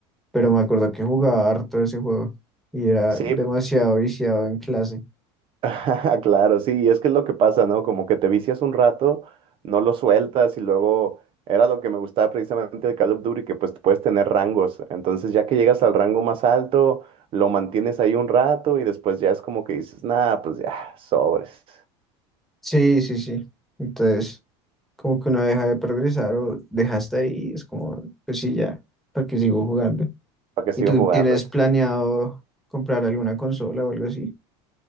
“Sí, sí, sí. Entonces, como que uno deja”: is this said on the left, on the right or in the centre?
Centre